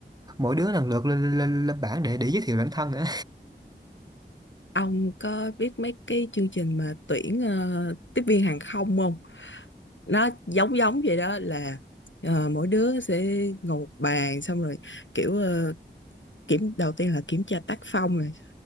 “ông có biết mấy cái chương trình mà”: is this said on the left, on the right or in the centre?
Left